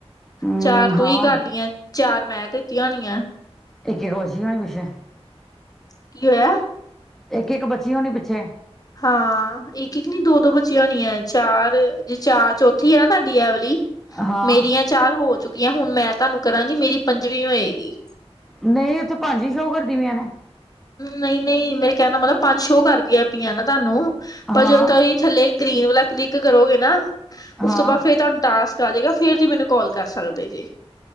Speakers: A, in the centre; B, on the left.
A: ਹਮ
B: ਚਾਰ ਤੂੰ
A: ਹਾਂ
B: ਈ ਕਰ ਲਈ ਆ ਚਾਰ ਮੈਂ ਕੀਤੀਆਂ ਹੋਣੀਆਂ।
A: ਇੱਕ-ਇੱਕ ਹੋਰ ਸੀ ਨਾ ਪਿੱਛੇ
B: ਕੀ ਹੋਇਆ।
A: ਇੱਕ-ਇੱਕ ਬੱਚੀ ਹੋਣੀ ਪਿੱਛੇ
B: ਹਾਂ ਇੱਕ-ਇੱਕ ਨੀ ਦੋ-ਦੋ ਬੱਚੀਆਂ ਹੋਣੀਆਂ ਚਾਰ ਜੇ ਚਾਰ ਚੌਥੀ ਆ ਨਾ ਤੁਹਾਡੀ ਐ ਵਲੀ
A: ਹਾਂ
B: ਮੇਰੀਆਂ ਚਾਰ ਹੋ ਚੁੱਕੀਆਂ ਹੁਣ ਮੈਂ ਤੁਹਾਨੂੰ ਕਰਾਂਗੀ ਮੇਰੀ ਪੰਜਵੀਂ ਹੋਏਗੀ।
A: ਨਈ ਉੱਥੇ ਪੰਜ ਈ ਸ਼ੋਅ ਕਰਦੀਆਂ ਪਈਆ ਨੇ।
B: ਨਈ-ਨਈ ਮੇਰੇ ਕਹਿਣ ਦਾ ਮਤਲਬ ਪੰਜ ਸੋ ਕਰਦੀਆਂ ਪੀਆਂ ਨਾ ਤੁਹਾਨੂੰ ਪਰ
A: ਹਾਂ
B: ਜਦੋਂ ਤੁਸੀਂ ਥੱਲੇ ਗ੍ਰੀਨ ਵਾਲਾ ਕਲਿੱਕ ਕਰੋਗੇ ਨਾ ਉਸ
A: ਹਾਂ
B: ਤੋਂ ਬਾਦ ਫੇਰ ਤੁਹਾਨੂੰ ਟਾਸਕ ਤੇ ਆ ਜੇਗਾ ਫਿਰ ਜੀ ਮੈਨੂੰ ਕਾਲ ਕਰ ਸਕਦੇ ਜੇ।